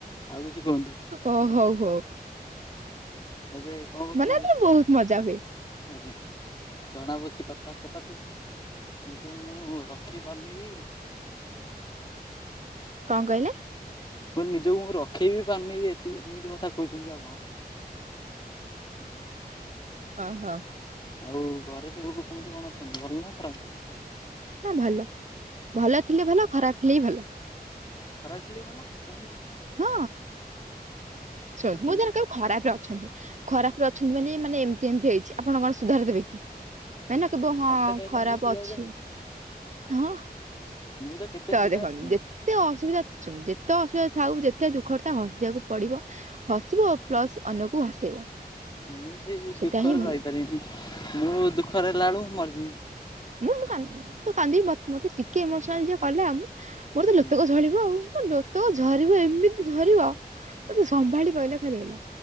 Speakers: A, on the left; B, on the right.
A: ଆଉ କିଛି କୁହନ୍ତୁ?
B: ଓ ହଉ ହଉ
A: ଏବେ କଣ କରୁଛନ୍ତି
B: ମାନେ ଏଠି ବହୁତ ମଜା ହୁଏ।
A: ଆଜ୍ଞା ଜଣାପଡୁଛି କଥା ବାର୍ତ୍ତା ତାକୁ ନିଜ କୁ ମୁଁ ରଖି ପାରୁନିବି
B: କଣ କହିଲେ?
A: କୋଇ ନିଜକୁ ମୁଁ ରଖେଇ ବି ପାରୁନି, ଏତେ ଏମିତି କଥା କହୁଛନ୍ତି ଆପଣ।
B: ଅହୋ
A: ଆଉ ଘରେ ସବୁକୁ କେମିତି କଣ ଅଛନ୍ତି ଭଲ ନାଁ ଖରାପ।
B: ହ ଭଲ ଭଲ ଥିଲେ ଭଲ ଖରାପ ଥିଲେ ହି ଭଲ।
A: ଖରାଥିଲେ ବି ଭଲ, କେମିତି?
B: ହଁ ଶୁଣନ୍ତୁ
A: କୁହନ୍ତି
B: ମୁଁ ଜଣକୁ କହିବି ଖରାପରେ ଅଛନ୍ତି ଖରାପ ରେ ଅଛନ୍ତି ବୋଲି, ମାନେ ଏମିତି ଏମିତି ହେଇଛି, ଆପଣ କଣ ସୁଧାର ଦେବେ କି? ମାନେ କେବେ ହଁ
A: ମତେ କହିଲେ
B: ଖରାପ
A: ମୁଁ ବି ସୁଧାରି
B: ଅଛି।
A: ଦେମି
B: ହଁ
A: ମୁଁ କେତେ
B: ତ
A: ସୁଧାରିଛି
B: ଦେଖନ୍ତୁ ଯେ ଯେତେ ଅସୁବିଧା, ଶୁଣ ଯେତେ ଅସୁବିଧା ଥାଉୁ, ଯେତେ ଦୁଃଖରେ ଥାଉ ତ ହସିବାକୁ ପଡିବ ହସିବ ପ୍ଲସ୍ ଅନ୍ୟକୁ ହସେଇବ।
A: ମୁଁ ସେଇ
B: ସେଟା
A: ଦୁଃଖରେ
B: ହିଁ ଭଲ
A: ରହିପାରିବିନି, ମୁଁ ଦୁଃଖରେ ହେଲା ବେଳୁକୁ ମରିଯିବି।
B: ମୁଁ, ମୁଁ କାନ୍ଦିବି, ମୁଁ ତ କାନ୍ଦି ମତେ ଟିକେ ଇମୋସନାଲ୍ ଯିଏ କଲା ମୋର ତ
A: ଆଜ୍ଞା
B: ଲୋତକ ଝରିବ ଆଉ। ମୋ ଲୋତକ ଝରିବ, ଏମିତି ଝରିବ, ମତେ ସମ୍ଭାଳି ପାରିଲେ ଖାଲି ହେଲା।